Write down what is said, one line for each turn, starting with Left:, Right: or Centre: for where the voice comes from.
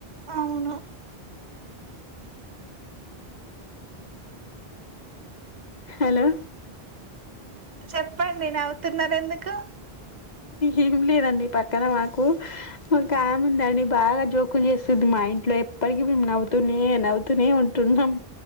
Right: అవును
Left: హలో
Right: చెప్పండి నవ్వుతున్నారు ఎందుకు
Left: ఏమి లేదండి. పక్కన మాకు ఒక ఆమె ఉందండి. బాగా జోకులు చేస్తుంది. మా ఇంట్లో ఎప్పటికి నవ్వుతూనే నవ్వుతూనే ఉంటున్నాం.